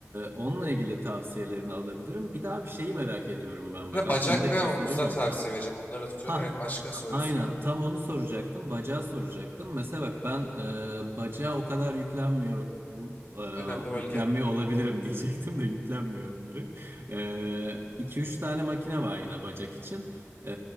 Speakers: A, on the right (about 55°); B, on the left (about 40°).
A: onunla ilgili tavsiyelerini alabilirim. Bir daha bir şeyi merak ediyorum ben.
B: Bir
A: Bak
B: de
A: aklımdayken
B: bacak ve omuzda
A: sorayım onu
B: tavsiye
A: da.
B: vereceğim. Onları da tutuyorum.
A: Ha,
B: Evet başka ne soruyorsun
A: aynen
B: abi?
A: tam onu soracaktım. Bacağı soracaktım. Mesela bak ben e, bacağa o kadar yüklenmiyorum. E,
B: Önemli bölge.
A: yüklenmiyor olabilirim <laughs> diyecektim de yüklenmiyorum direkt. E, 2-3 tane makine var yine bacak için. E,